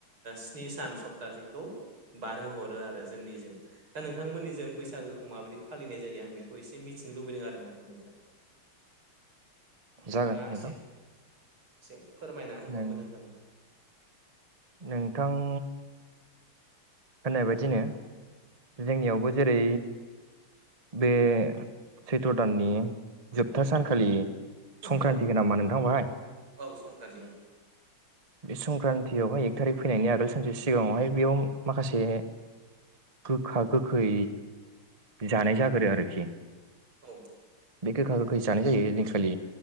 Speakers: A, on the right; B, on the right.
A: स्नि सान सप्तासेखौ बारहो हरो आरो जोंनिजों दा नोंथांमोननिजों बैसागोखौ माबायदि फालिनाय जायो आं बेखौ एसे मिथिनो लुबैदों आरो नोंथांनिफ्राय। नोंथांया
B: जागोन नोंथां
A: एसे से फोरमायना होबा
B: नों-
A: मोजां जागौ। <inaudible>
B: नोंथां। होननाय बायदिनो जोंनियावबो जेरै बे सैथ्र' दाननि जोबथा सानखालि संक्रान्ति
A: औ
B: होनामा नोंथांबाहाय
A: औ संक्रान्ति औ
B: बे संक्रान्ति बेवहाय एक थारिक फैनायनि आगोल सानसे सिगाङावहाय बेयाव। माखासे गोखा गोखै जानाय जागोरो आरोखि।
A: औ
B: बे गोखा गोखै जानाय जायो ओयदिनखालि।